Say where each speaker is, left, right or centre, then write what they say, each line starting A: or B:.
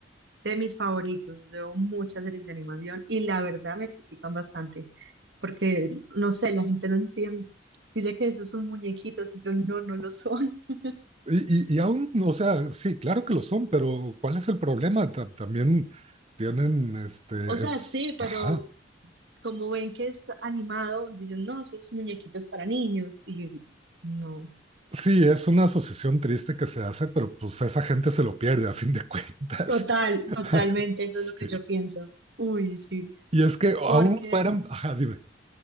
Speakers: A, on the right; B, on the right.
A: de mis favoritos. Veo muchas series de animación y la verdad me critican bastante porque, no sé, la gente no entiende. Dice que esos son muñequitos, y yo no, no lo son. <laughs>
B: Y, y, y aún, o sea, sí, claro que lo son, pero ¿cuál es el problema? Ta- también tienen, este,
A: O sea,
B: es,
A: sí,
B: ajá,
A: pero como ven que es animado, dicen, no, esos muñequitos para niños. Y yo, no,
B: sí, es una asociación triste que se hace, pero pues esa gente se lo pierde a fin de cuentas.
A: total, totalmente,
B: <laughs>
A: eso
B: Sí.
A: es lo que yo pienso. Uy, sí,
B: Y es que
A: porque,
B: aún fueran, ajá, dime,